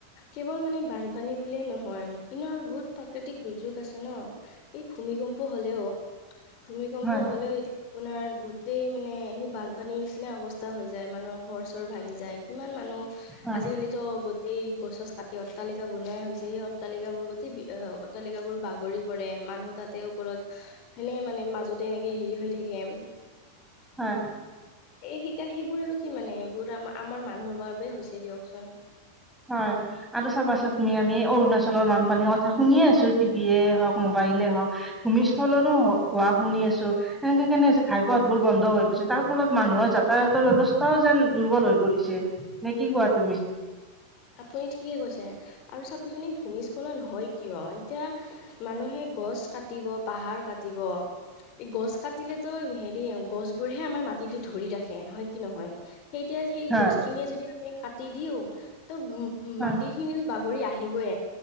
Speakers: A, on the left; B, in the centre.
A: কেৱল মানে বানপানী বুলিয়ে নহয়। <unintelligible> বহুত প্ৰাকৃতিক দুৰ্যোগ আছে ন' এই ভূমিকম্প হ'লেও ভূমিকম্প
B: হয়
A: হ'লেও এতিয়া আপোনাৰ গোটই মানে সেই বানপানীৰ নিচিনা অৱস্থা হৈ যায় মানুহৰ। ঘৰ চৰ ভাঙি যায় কিমান মানুহ
B: হয়
A: আজিকালিতো গো এই গছ কাটি অট্টালিকা বনাই হৈছে সেই অট্টালিকা বোৰ গোটেই বি অ' অট্টালিকাবোৰ বাগৰি পৰে। মানুহ তাতে ওপৰত সেনে মানে মাজতে এনেকে হেৰি হৈ থাকে।
B: হয়।
A: এই সেইকাৰণে সেইবোৰ আৰু কি মানে এইবোৰ আমাৰ আমাৰ মানুহৰ বাবে হৈছে দিয়কচোন।
B: হয় আৰু চাবাচোন তুমি আমি অৰুণাচলৰ বানপানীৰ কথা শুনিয়ে আছোঁ টিভিয়ে হওঁক মোবাইল পাৰিলে হওঁক ভূমিস্থলনৰো হ হোৱা শুনি আছোঁ এনেকে কেনে হৈছে ঘাই পথবোৰ বন্ধ হৈ গৈছে তা <unintelligible> ফলত মানুহৰ যাতায়াতৰ ব্যৱস্থাও যেন দুৰ্বল হৈ পৰিছে নে কি কোৱা তুমি।
A: আপুনি ঠিকে কৈছে আৰু চাবচোন ভূমিস্খলন হয় কিয় এতিয়া মানুহে গছ কাট কাটিব পাহাৰ কাটিব। এই গছ কাটিলেতো হেৰি গছবোৰহে আমাৰ মাটিতো ধৰি ৰাখে হয় কি নহয়। সেইতিয়া সেই
B: হয়
A: গছখিনিয়ে যদি আমি কাটি দিওঁ ত' ম-ম-
B: হয়
A: মাটিখিনি বাগৰি আহিবই,